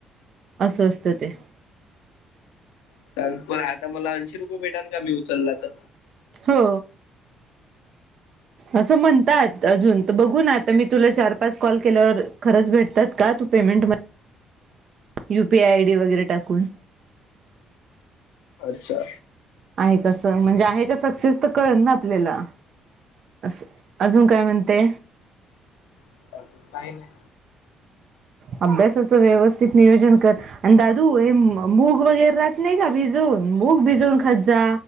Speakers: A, on the right; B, on the left.
A: अस असतं ते
B: सांग प आता मला ऐंशी रुपये भेटान का मी उचला तर
A: हो असं म्हणतात अजून तर बघू ना आता मी तुला चार पाच कॉल केल्यावर खरंच भेटतात का तू पेमेंट म यूपीआय आयडी वगैरे टाकून
B: अच्छा
A: आहे कसं म्हणजे आहे का सक्सेस तर कळत ना आपल्याला असं अजून काय म्हणते.
B: अजून काही नाही
A: अभ्यासाच व्यवस्थित नियोजन कर आणि दादू हे मू मूग वगैरे राहत नाही का भिजू मूग भिजवून खात जा